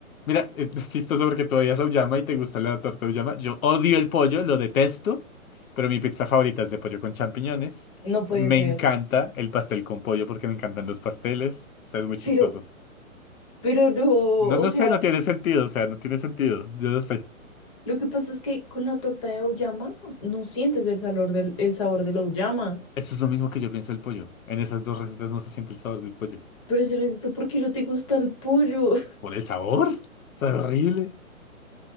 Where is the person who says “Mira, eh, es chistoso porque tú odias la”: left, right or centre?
Left